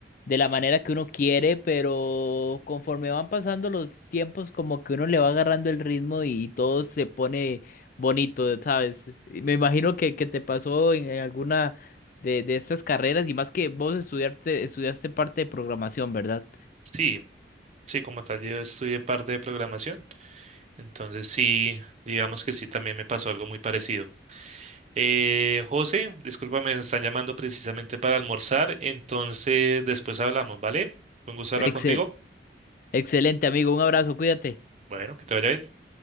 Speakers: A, on the left (about 50°); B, on the right (about 40°).
A: de la manera que uno quiere, pero conforme van pasando los tiempos, como que uno le va agarrando el ritmo y, y todo se pone bonito, ¿sabes? Y Me imagino que, que te pasó en, en alguna de, de estas carreras y más que vos estudiaste, estudiaste parte de programación, ¿verdad?
B: Sí, sí, como tal, yo estudié parte de programación, entonces sí, digamos que sí, también me pasó algo muy parecido. Eh, José, discúlpame, me están llamando precisamente para almorzar, entonces después hablamos, ¿vale? Fue Un gusto hablar
A: Excel,
B: contigo.
A: excelente, amigo. Un abrazo, cuídate.
B: Bueno, que te vaya bien.